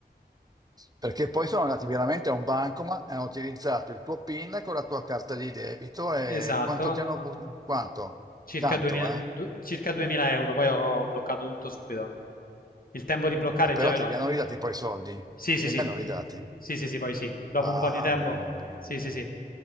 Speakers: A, on the right (about 20°); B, on the left (about 55°).
A: perché poi sono andati veramente a un bancomat e hanno utilizzato il tuo PIN con la tua carta di debito e
B: Esatto.
A: quanto ti hanno... bu- Quanto?
B: circa
A: Tanto,
B: 2000,
A: eh?
B: du- circa 2000 euro, poi ho bloccato tutto subito. Il tempo di bloccare
A: Ma
B: già
A: però
B: avevano...
A: te li hanno ridati poi i soldi.
B: Sì, sì,
A: Te
B: sì.
A: li hanno ridati.
B: Sì, sì, sì, poi sì. Dopo
A: Ah,
B: un po' di tempo.
A: bene, bene,
B: Sì,
A: bene.
B: sì, sì.